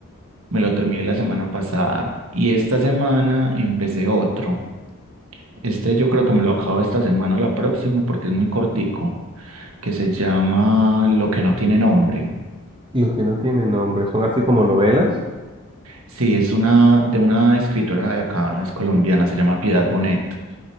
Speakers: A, on the right (about 75°); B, on the right (about 20°).
A: Me lo terminé la semana pasada y esta semana empecé otro. Este yo creo que me lo acabo esta semana o la próxima porque es muy cortico, que se llama Lo que no tiene nombre.
B: Los que no tienen nombre, son así como novelas.
A: Sí, es una de una escritora de acá, es colombiana, se llama Piedad Bonet.